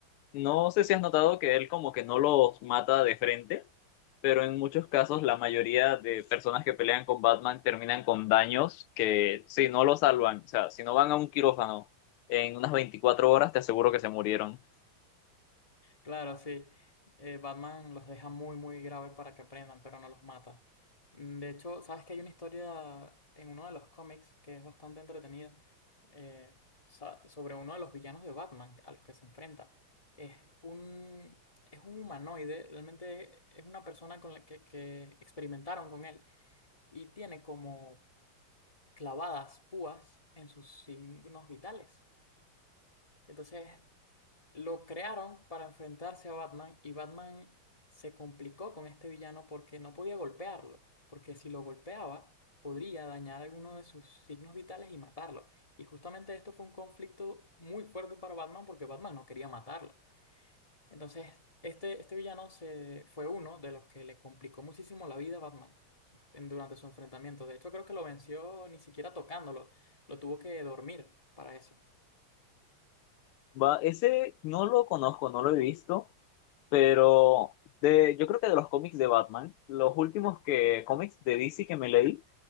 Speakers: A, on the left; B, on the left.
A: No sé si has notado que él como que no los mata de frente, pero en muchos casos la mayoría de personas que pelean con Batman terminan con daños que si no lo salvan, o sea, si no van a un quirófano en unas 24 horas, te aseguro que se murieron.
B: Claro, sí. Eh, Batman los deja muy, muy graves para que aprendan, pero no los mata. Mm, De hecho, sabes que hay una historia en uno de los cómics que es bastante entretenida eh, sa- sobre uno de los villanos de Batman a los que se enfrenta. Es un, es un humanoide, realmente es una persona con la que, que experimentaron con él y tiene como clavadas púas en sus signos vitales. Entonces lo crearon para enfrentarse a Batman y Batman se complicó con este villano porque no podía golpearlo, porque si lo golpeaba podría dañar alguno de sus signos vitales y matarlo. Y justamente esto fue un conflicto muy fuerte para Batman porque Batman no quería matarlo. Entonces, este, este villano se, fue uno de los que le complicó muchísimo la vida a Batman en- durante su enfrentamiento. De hecho, creo que lo venció ni siquiera tocándolo, lo tuvo que dormir para eso.
A: Va, ese no lo conozco, no lo he visto, pero de, yo creo que de los cómics de Batman, los últimos que cómics de DC que me leí